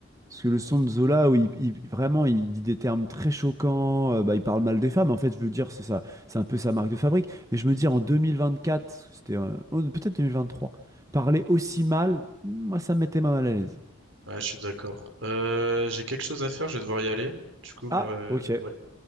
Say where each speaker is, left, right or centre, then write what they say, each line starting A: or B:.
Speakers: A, on the right; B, on the right.
A: Parce que le son
B: Mm.
A: de Zola, où il, il- vraiment, il dit des termes très choquants, euh, bah, il parle mal des femmes, en fait, je veux dire, c'est ça, c'est un peu sa marque de fabrique. Mais je me dis, en 2024, parce que c'était euh, oh, peut-être 2023, parler aussi mal, moi, ça me mettait mal à l'aise.
B: Ouais, je suis d'accord. Euh, j'ai quelque chose à faire, je vais devoir y aller. Du coup, mais
A: Ah,
B: euh,
A: ok,
B: ouais.